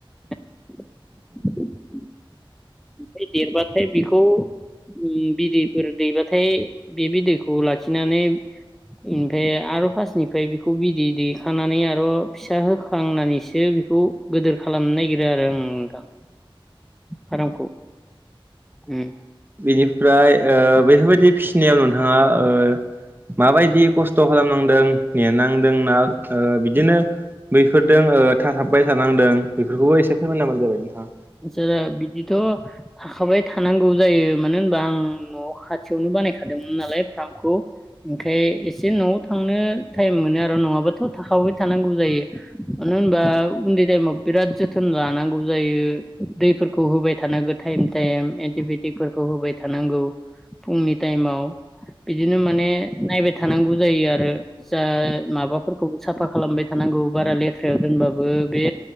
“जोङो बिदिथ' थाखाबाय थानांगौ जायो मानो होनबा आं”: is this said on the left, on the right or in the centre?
Centre